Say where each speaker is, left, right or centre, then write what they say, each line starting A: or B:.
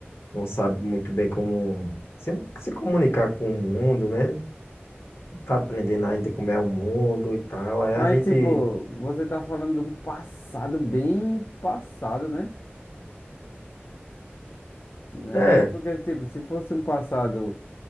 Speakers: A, on the left (about 80°); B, on the left (about 60°).
A: Não sabe muito bem como se, se comunicar com o mundo, né? Tá aprendendo ainda como é o mundo e tal. Aí
B: Mas,
A: a gente,
B: tipo, você tá falando de um passado bem passado, né? Não
A: é,
B: é isso, porque, tipo, se fosse um passado